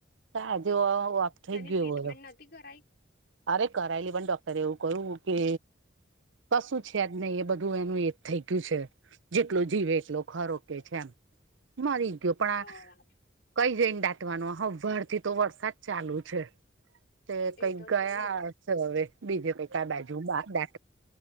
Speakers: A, on the right; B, on the left.
A: તો આજે વો ઓફ થઇ
B: ત્યાંની
A: ગયો
B: ટ્રીટમેન્ટ
A: વરો
B: નથી કરાઈ
A: અરે કરાયલી પણ ડોક્ટરે એવું કહ્યું કે કશું છે જ નય એ બધું એનું એક થઈ ગયું છે જેટલુ જીવે એટલો ખરો કે છે એમ. મરી ગીયો પણ
B: બરાબર
A: આ કઈ જઈને દાટવાનો હવાર થી તો વરસાદ ચાલુ છે. તે
B: એ
A: કઈક
B: તો
A: ગયા
B: છે જ ને બાપ
A: છે હવે બીજે કઈક બાજુમાં બા